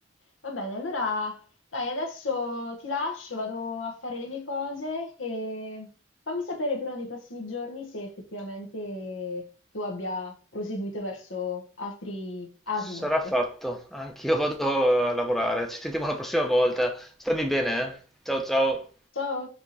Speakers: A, on the left; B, in the centre.
A: Va bene, allora dai, adesso ti lascio, vado a fare le mie cose e fammi sapere però nei prossimi giorni se effettivamente tu abbia proseguito verso altri Asimov.
B: Sarà fatto. Anch'io vado a lavorare. Ci sentiamo la prossima volta. Stammi bene, eh? Ciao ciao.
A: Ciao!